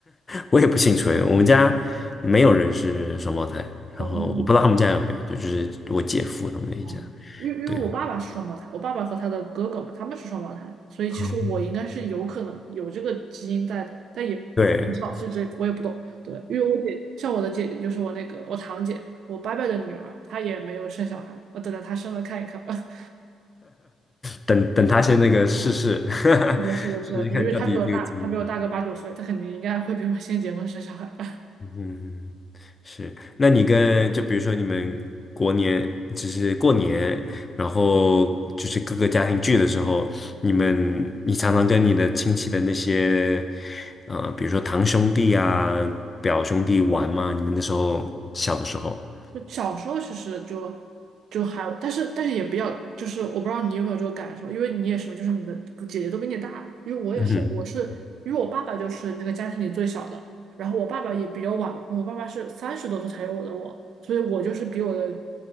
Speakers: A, on the left (about 30°); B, on the right (about 70°).
A: 我也不清楚诶，我们家没有人是双胞胎，
B: 哦，
A: 然后我不知道他们家有没有，就就是我姐夫他们那一家。
B: 嗯因为因为我爸爸是双胞胎，
A: 对，
B: 我爸爸和他的哥哥嘛，他们是双胞胎，所以其实我应该是有可能有这个基因在的，
A: 哦
B: 但也不知道，
A: 对。
B: 这这我也不懂。对，因为我姐像我的姐姐，就是我那个我堂姐，我伯伯的女儿，她也没有生小孩，呃，等着她生了看一看吧。<laughs>
A: 等等他先那个试试，<laughs>
B: 是的，是的，
A: 试试看到底这个基因。
B: 是的，对，因为她比我大，她比我大个八九岁，她肯定应该会比我先结婚生小孩吧。
A: 嗯，是。那你跟就比如说你们过年，就是过年，然后就是各个家庭聚的时候，你们你常常跟你的亲戚的那些，呃，比如说堂兄弟啊、表兄弟玩吗？你们那时候小的时候，
B: 就小时候其实就就还，但是但是也比较，就是我不知道你有没有这个感受，因为你也是嘛，就是你的姐姐都比你大，因为我也是，
A: 嗯哼，
B: 我是因为我爸爸就是那个家庭里最小的，然后我爸爸也比较晚婚我爸爸是三十多岁才有我的我，所以我就是比我的